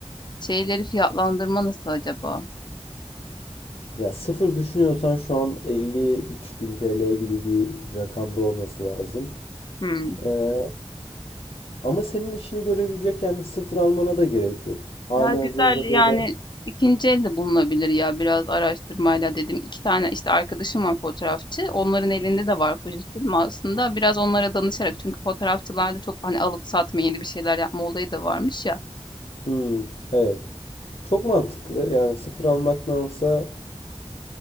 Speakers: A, on the left; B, on the left.
A: şeyleri fiyatlandırma nasıl acaba?
B: Ya sıfır düşünüyorsan şu an 53.000 TL gibi bir rakamda olması lazım.
A: Hmm.
B: Ee, ama senin işini görebilecek yani sıfır almana da gerek yok. Halihazırda
A: Ya güzel
B: böyle
A: yani ikinci el de bulunabilir ya biraz araştırmayla dedim. İki tane işte arkadaşım var fotoğrafçı. Onların elinde de var Fuji aslında. Biraz onlara danışarak çünkü fotoğrafçılarda çok hani alıp satma yeni bir şeyler yapma olayı da varmış ya.
B: Hmm, evet. Çok mantıklı. Yani 0 almaktansa